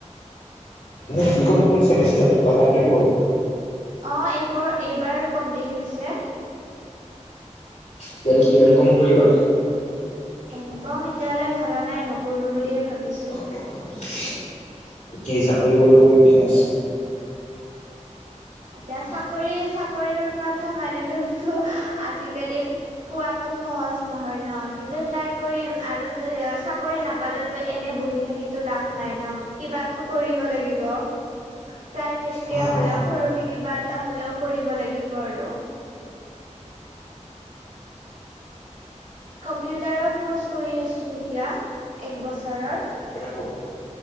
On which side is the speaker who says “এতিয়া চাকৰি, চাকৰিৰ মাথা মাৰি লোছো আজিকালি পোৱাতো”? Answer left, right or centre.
Right